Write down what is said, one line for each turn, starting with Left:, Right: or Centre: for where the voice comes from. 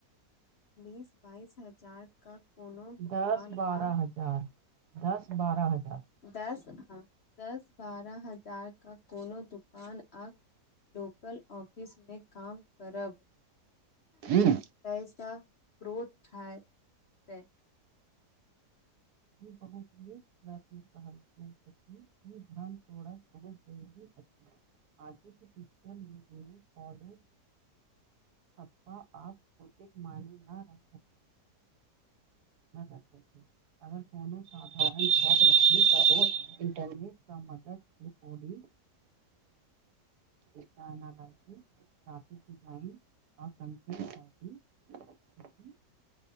Left: बीस बाइस हजार कऽ कोनो दुकान
Right: दस
Left: आ
Right: <unintelligible> दस बारह हजार
Left: दस <unintelligible> दस बारह हजार कऽ कोनो दुकान आ लोकल ऑफिसमे काम करब। <inaudible>
Right: <unintelligible>
Left: पैसा ग्रोथ है <inaudible> तै
Right: <unintelligible> <unintelligible> तोड़ा बहुत जरूरत अछि आगे कऽ <unintelligible> कॉलेज <unintelligible> एक मानी हारा रखै छै अगर कोनो साधारण छात्र <unintelligible> रखी तऽ ओ इंटरनेट क मदद according data analysis graphic design आ कंटेंट राइटिंग सीखि